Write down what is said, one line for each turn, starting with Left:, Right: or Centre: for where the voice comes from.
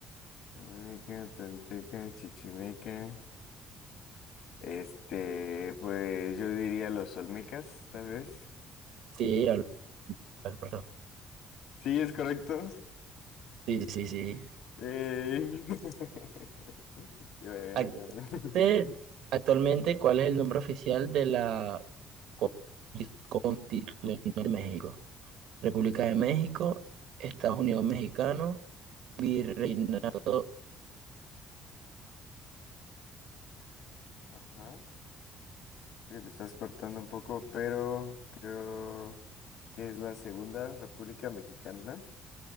Left: Olmeca, Tolteca, Chichimeca. Este, pues yo diría los Olmecas, tal vez.
Right: Sí, Álvaro.
Left: Sí, es correcto.
Right: Sí, sí, sí.
Left: Ey. <laughs> Qué bueno,
Right: Ac-
Left: qué bueno.
Right: te- Actualmente, ¿cuál es el nombre oficial de la consti- Constitución de México? República de México, Estados Unidos Mexicano, Virreinato.
Left: <laughs> Ajá. Creo que estás cortando un poco, pero creo que es la Segunda República Mexicana.